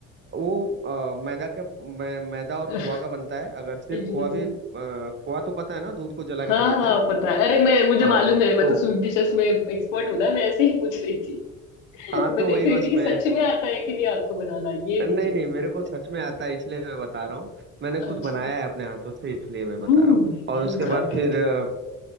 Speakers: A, on the right (about 25°); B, on the left (about 70°).
A: वो अ, मैदा का मै, मैदा और
B: <laughs>
A: खोआ का बनता है अगर सिर्फ
B: Yes
A: खोआ भी
B: yes
A: अ, खोआ तो पता है ना दूध को जला
B: हाँ
A: के बनाते
B: हाँ
A: हैं
B: पता है अरे मैं मुझे
A: हाँ
B: मालूम है मैं
A: तो
B: तो स्वीट डिशेस में एक्सपर्ट हूँ ना मैं ऐसे ही पूछ रही थी <laughs>
A: हाँ
B: मैं
A: तो
B: देख
A: वही
B: रही
A: बस
B: थी कि
A: मैं
B: सच में आता है कि नहीं आपको बनाना ये
A: नहीं
B: दिख रही
A: नहीं
B: थी
A: मेरे को सच में आता है इसलिए मैं बता रहा हूँ मैंने
B: अच्छा
A: खुद बनाया है अपने हाथों से इसलिए मैं बता
B: हम्म
A: रहा हूँ और उसके बाद
B: ओके
A: फिर
B: ओके
A: अ,